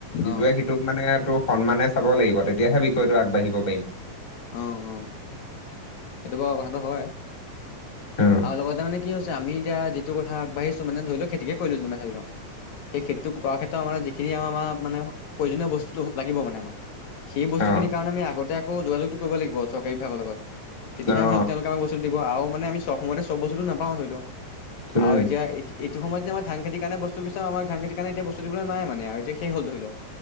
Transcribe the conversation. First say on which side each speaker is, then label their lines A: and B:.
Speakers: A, on the left; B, on the left.
A: ইটোৱে
B: অ
A: সিটো মানে তোৰ সন্মানে চাব লাগিব তেতিয়াহে বিষয়টো আগবাঢ়িব পাৰিম।
B: অ', অ'। সেইটো বা ও কথাটো হয়
A: অ
B: আও লগতে মানে কি হৈছে আমি এতিয়া! যিট কথা আগবাঢ়ছো মানে ধৰি লও খেতিক কৰিলো যে ধৰি লও সেই খেতিটো কৰ ক্ষেতত আমাৰ যিখিনি আমাৰ মানে প্ৰয়োজনীয় বস্তু লাগিব মানে আমাক সেই বস্তু
A: অ অ
B: খিনি কাৰণে আমি আগতে যোগাযোগটো কৰিব লাগিব চৰকাৰী বিভাগৰ লগত। তেতিয়া
A: অ
B: সি তেওঁলোকে আমাক বস্তুটো দিব আৰু মানে আমি চব সময়তে চব বস্তুতটো নাপাওঁ ধৰি লওক
A: উম
B: আও এতিয়া এইটো সময় যে আমা ধান খেতি কাৰণ বস্তু বিচাৰো আমা ধান খেতি কাৰণে এতিয়া বস্ত দিব ন মানে আৰু এয়া শেষ হল ধৰি লও।